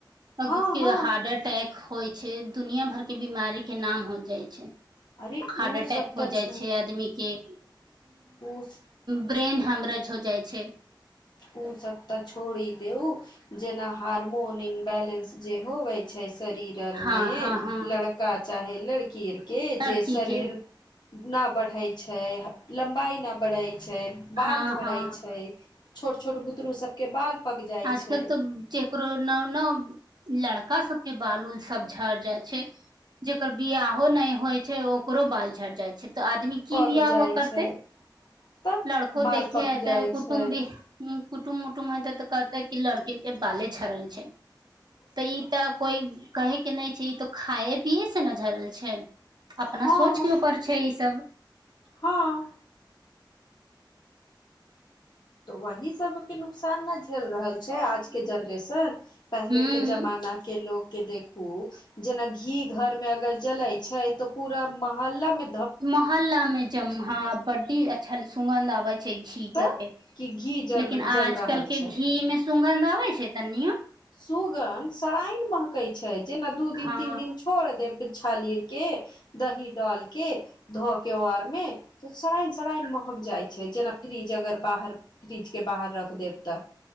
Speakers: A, on the left; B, on the right.
A: हँ
B: क्यों
A: हँ
B: हार्ट अटैक होइ छै दुनिआ भर के बीमारी के नाम हो जाइ छै
A: अरे
B: हार्ट
A: ओ
B: अटैक
A: सब तऽ
B: हो
A: छो
B: जाइ छै आदमी के
A: ओ
B: ब्रेन हेमरेज हो जाइ छै
A: ओ सब तऽ छोड़ी देउ जेना हार्मोन इनबैलेंस जे होवे छै शरीर आर
B: हँ
A: में
B: हँ हँ
A: लड़का चाहे लड़की आर के
B: लड़की
A: जे शरीर
B: के
A: नहि बढ़ै छै लम्बाई नहि बढ़ै छै बाल
B: हँ
A: झड़ै
B: हँ
A: छै छोट छोट बुतरू सब के बाल पक जाइ
B: आजकल
A: छै
B: तऽ जेकरो न न लड़का सब के बाल उल सब झड़ जाइ छै जेकर बिहाहो नहि होइ छै ओकरो बाल झरि जाइ छै तऽ आदमी
A: पक
B: की बिआ
A: जाइ
B: हुआ करतै
A: छै तऽ
B: लड़को
A: बाल
B: देखे
A: पक
B: ह
A: जाइ
B: तऽ कुटुम्
A: छै
B: भी कुटुम उटुम ह त तऽ तऽ क लड़की के बाले झड़ल छै तऽ ई तऽ कोई कहे के नहि छै ई तऽ खाए पियए से ने झरल छै अपना
A: हँ
B: सोच के उपर छै ई सभ
A: हँ तऽ वही सब के नुकसान न झेल रहल छै आज के जेनरेशन पहले
B: हूँ
A: के जमाना के लोग के देख जेना घी घर मे अगर जले छै तऽ पूरा मोहल्ला में
B: मोहल्ला में जम हा बड्डी अच्छा सुगंध घी करके
A: तऽ कि घी जल
B: लेकिन आजकल
A: जल रहल
B: के
A: छै
B: घी में सुगंध अबे छै तनियो
A: सुगंध सराइन महकै छै जेना दू दिन
B: हँ
A: तीन दिन छोड़ देब छालीर के दही डाल के धो के आर में तऽ सरान सरान महकै जाइ छै जेना फ्रिज अगर बाहर फ्रिज के बाहर रख देब तऽ